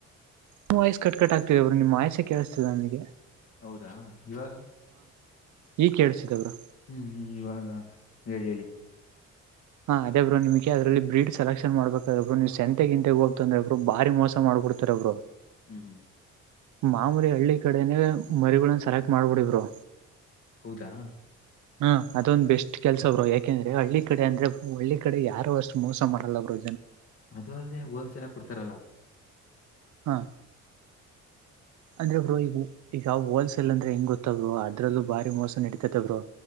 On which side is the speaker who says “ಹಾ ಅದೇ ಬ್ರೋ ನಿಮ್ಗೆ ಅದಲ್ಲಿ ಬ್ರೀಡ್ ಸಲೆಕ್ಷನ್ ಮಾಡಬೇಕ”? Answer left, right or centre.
Right